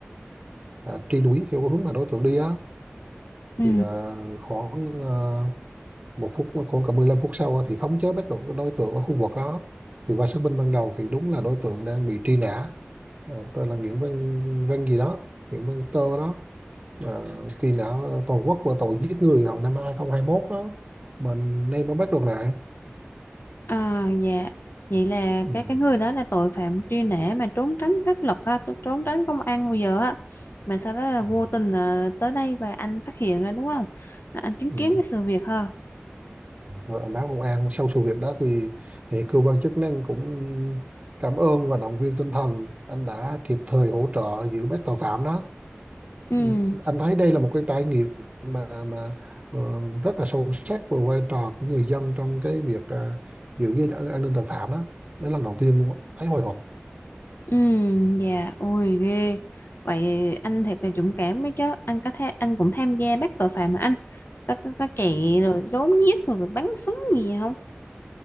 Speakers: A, on the right; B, on the left.
A: ờ, truy đuổi theo cái hướng mà đối tượng đi á
B: Ừ,
A: thì ờ, khoảng ờ, một phút khoảng cả 15 phút sau á, thì khống chế bắt được cái đối tượng ở khu vực đó thì qua xác minh ban đầu thì đúng là đối tượng đang bị truy nã Ờ, tên là Nguyễn Văn Văn gì đó Nguyễn Văn Tơ đó Ờ, thì đã toàn quốc và tội giết người hồi năm 2021 đó mình nay mới bắt được lại
B: à, dạ, vậy là
A: ừ.
B: cái cái người đó là tội phạm truy nã mà trốn tránh pháp luật, á, tr- trốn tránh công an hồi giờ á. Mà sau đó là vô
A: Ờ,
B: tình ờ, tới đây và anh phát hiện ra đúng không? Là anh chứng
A: ừ.
B: kiến cái sự việc ha.
A: Rồi anh báo công an sau sự việc đó thì, thì cơ quan chức năng cũng cảm ơn và động viên tinh thần anh đã kịp thời hỗ trợ giữ bắt tội phạm đó
B: Ừ,
A: ừ. anh thấy đây là một cái trải nghiệm mà mà ờ, rất là sâu sắc về vai trò của người dân trong cái việc à, giữ gìn an, an ninh tội phạm đó đó là lần đầu tiên luôn á, thấy hồi hộp
B: Ừ, dạ, ôi ghê. Vậy anh thiệt là dũng cảm mấy chứ. Anh có thể anh cũng tham gia bắt tội phạm mà anh. Có, có, có chạy
A: Ừ.
B: rồi trốn giết rồi, rồi bắn súng gì không?